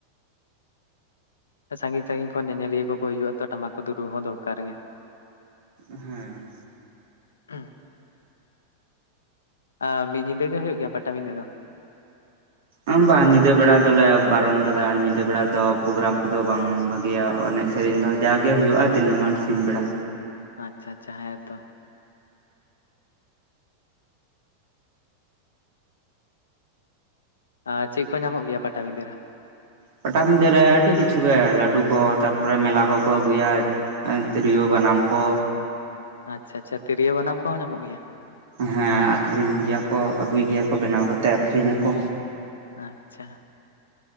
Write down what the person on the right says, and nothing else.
ᱦᱮᱸ
ᱟᱢ ᱵᱟ ᱧᱤᱫᱟᱹ ᱵᱮᱲᱟ ᱫᱚ ᱞᱮ ᱵᱟᱨᱚᱱ ᱠᱟᱫᱟ ᱧᱤᱫᱟᱹ ᱵᱮᱲᱟ ᱫᱚ ᱯᱨᱳᱜᱨᱟᱢ ᱠᱚᱫᱚ ᱵᱟᱝ ᱵᱷᱟᱜᱮᱭᱟ᱾ ᱚᱱᱮᱡ ᱥᱮᱨᱮᱧ ᱫᱚ ᱡᱟᱜᱮ ᱦᱩᱭᱩᱜᱼᱟ ᱫᱤᱱᱟᱹ ᱢᱟᱱ ᱥᱤᱧ ᱵᱮᱲᱟ
ᱯᱟᱴᱟᱵᱤᱸᱫᱟᱹ ᱨᱮ ᱟᱹᱰᱤ ᱠᱤᱪᱷᱩ ᱜᱮ ᱞᱟᱹᱰᱩ ᱠᱚ ᱛᱟᱨᱯᱚᱨᱮ ᱢᱮᱞᱟ ᱠᱚᱠᱚ ᱟᱹᱜᱩᱭᱟ ᱮᱸ ᱛᱤᱨᱤᱭᱳ ᱵᱟᱱᱟᱢ ᱠᱚ
ᱦᱮᱸ ᱟᱠᱷᱨᱤᱧ ᱜᱮᱭᱟ ᱠᱚ ᱟᱹᱜᱩᱭ ᱜᱮᱭᱟ ᱠᱚ ᱵᱮᱱᱟᱣ ᱠᱟᱛᱮ ᱟᱠᱷᱨᱤᱧ ᱟᱠᱚ